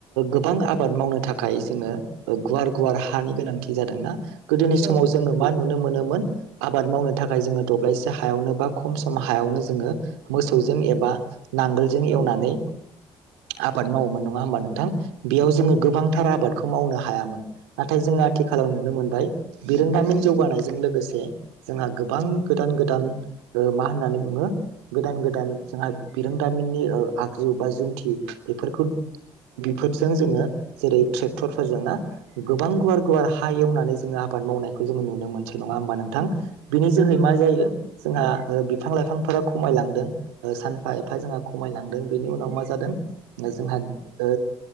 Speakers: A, on the right (about 85°); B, on the right (about 60°).
A: गोबां आबाद मावनो था खाय जोङो गुवार गुवार हानि गोनांथि जादोंना गोदोनि
B: औ
A: समाव
B: औ नंगौ औ नंगौ औ नंगौ औ
A: जोङो मा नुनो मोन निमोन आबाद मावनो थाखाय जोंनो दंब्लाइसे हायावनो बा खरसे खम हायावनो जोङो मोसौ जों एबा नांगोलजों
B: औ
A: एवनानै आबाद मावोमोन नङा होमबा नोंथां बेयाव जोङो गोबांथार आबाद खौ मावनो हायामोन नाथाय जों आथिखालाव नुनो मोनबाय जौगानायजों लोगोसे जोंहा गोबां गोदान गोदान ओ मा होन्नानै बुङो गोदान गोदान जोंहा बिरोंदामिननि ओ आगजु बा जुन्थि बेफोरखौ बेफोरजों जोङो जेरै ट्रेक्टरफोरजों ना। गोबां गुवार गुवार हा एवनानै जों <unintelligible> बाद मावनायखौ जों नुनो मोनसै नङा होमबा नों थां बिनि जोहै मा जायो? जोंहा ओ बिफां लाइफांफोरा खमायलांदों। ओ सानफा एफा जोंहा खमायलांदों। बेनि उनाव मा जादों जोंहा ओ